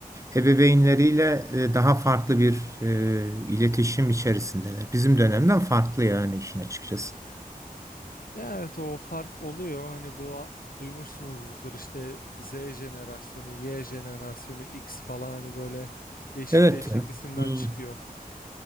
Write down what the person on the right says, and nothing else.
ebeveynleriyle e, daha farklı bir e, iletişim içerisindeler. Bizim dönemden farklı yani işin açıkçası.
Evet.
ya.
Hmm.